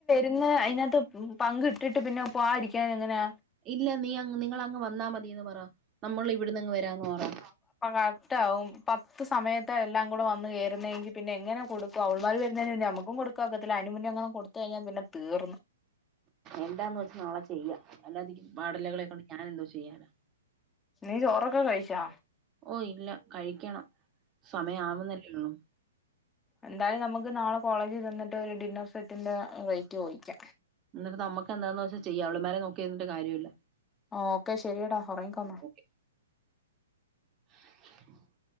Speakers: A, on the left (about 15°); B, on the right (about 25°).
A: ഇന്ന് അതിനകത്ത് പങ്ക് ഇട്ടിട്ട് പിന്നെ പോഇരിക്കൻ എങ്ങനാ
B: ഇല്ല നീ അങ് നിങ്ങൾ അങ്ങ് വന്നാ മതിയെന്ന് പറാ നമ്മൾ ഇവിട്ന്നങ്ങ് വരാന്ന് പറാ
A: കറക്റ്റാവും പത്ത് സമയത്താ എല്ലാം കൂടെ വന്ന് കേറുന്നേങ്കി പിന്നെ എങ്ങനെ കൊടുക്കും അവൾമാർ വരുന്നതിന് പിന്നെ ന മ്മക്കും കൊടുക്കാ ഒക്കത്തില്ല അയിനുമുന്നെങ്ങാനും കൊട് യിഞ്ഞ പിന്നെ തീർ
B: എന്താന്ന് വെച്ച നാളെ ചെയ്യാ അല്ലാതിരി വാടലകളെ കൊണ്ട് ഞാൻ എന്തോ ചെയ്യാനാ
A: നീ ചോറൊക്കെ കഴിച്ചാ
B: ഓ ഇല്ല കഴിക്കണം സമയം ആവുന്നല്ലേള്ളൂ
A: എന്തായാലും നമ്മുക്ക് നാളെ കോളേജിൽ ചെന്നിട്ട് ഒരു ഡിന്നർ സെറ്റിന്റെ റേറ്റ് ചോയ്യിക്ക
B: ന്നിട്ട് നമ്മക്കെന്താന്ന് വെച്ചാ ചെയ്യ അവള്മാരെ നോക്കിയിര്ന്ന്ട്ട് കാര്യമില്ല
A: ഓക്കെ ശരിയെടാ ഒറങ്ങിക്കോന്നാ
B: ഓക്കെ <unintelligible>